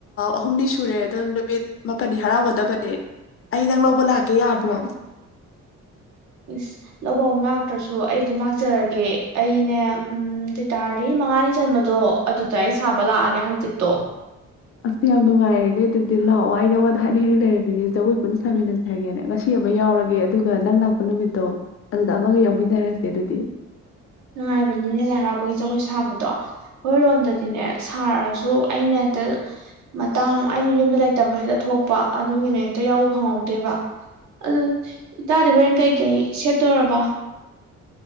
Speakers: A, on the left (about 45°); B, on the right (about 65°).
A: ꯑꯍꯨꯝꯅꯤ ꯁꯨꯔꯦ ꯑꯣ ꯅꯨꯃꯤꯠ ꯃꯥꯄꯟꯅꯤ ꯍꯔꯥꯎꯒꯗꯕꯅꯦ ꯑꯩ ꯅꯪ ꯂꯧꯕ ꯂꯥꯛꯀꯦ ꯌꯥꯕ꯭ꯔꯣ
B: ꯏꯁ ꯂꯧꯕꯧ ꯂꯥꯛꯇ꯭ꯔꯁꯨ ꯑꯩ ꯑꯗꯨꯝ ꯂꯥꯛꯆꯔꯒꯦ ꯑꯩꯅꯦ ꯎꯝ ꯑꯗꯨꯑꯣꯏ ꯇꯥꯔꯗꯤ ꯃꯉꯥꯅꯤ ꯆꯟꯕꯗꯣ ꯑꯗꯨꯗ ꯑꯩ ꯁꯥꯕ ꯂꯥꯛꯑꯒꯦ ꯍꯥꯡꯆꯤꯠꯇꯣ
A: ꯑꯁ ꯌꯥꯝ ꯅꯨꯡꯉꯥꯏꯔꯦꯅꯦ ꯑꯗꯨꯗꯤ ꯂꯥꯛꯑꯣ ꯑꯩ ꯅꯪꯉꯣꯟꯗ ꯍꯥꯏꯗꯤ ꯍꯦꯟꯅ ꯂꯩꯔꯝꯃꯤꯅꯦ ꯖꯒꯣꯏ ꯄꯨꯟꯅ ꯁꯥꯃꯤꯟꯅꯁꯦ ꯍꯥꯏꯒꯦꯅꯦ ꯉꯁꯤ ꯑꯃ ꯌꯥꯎꯔꯒꯦ ꯑꯗꯨꯒ ꯅꯪ ꯂꯥꯛꯄ ꯅꯨꯃꯤꯠꯇꯣ ꯑꯗꯨꯗ ꯑꯃꯒ ꯌꯥꯎꯃꯤꯟꯅꯔꯁꯦ ꯑꯗꯨꯗꯤ
B: ꯅꯨꯡꯉꯥꯏꯕꯅꯤꯅꯦ ꯂꯥꯏ ꯍꯔꯥꯎꯕꯒꯤ ꯖꯒꯣꯏ ꯁꯥꯕꯗꯣ ꯑꯩꯈꯣꯏꯔꯣꯝꯗꯗꯤꯅꯦ ꯁꯥꯔꯁꯨ ꯑꯩꯅ ꯍꯦꯛꯇ ꯃꯇꯥꯡ ꯑꯩꯅ ꯌꯨꯝꯗ ꯂꯩꯇꯕ ꯍꯦꯛꯇ ꯊꯣꯛꯄ ꯑꯗꯨꯒꯤꯅꯦ ꯍꯦꯛꯇ ꯌꯥꯎꯕ ꯐꯪꯍꯧꯗꯦꯕ ꯑꯗꯨ ꯏꯇꯥꯗꯤ ꯍꯣꯔꯦꯟ ꯀꯩꯀꯩ ꯁꯦꯠꯇꯣꯏꯔꯕ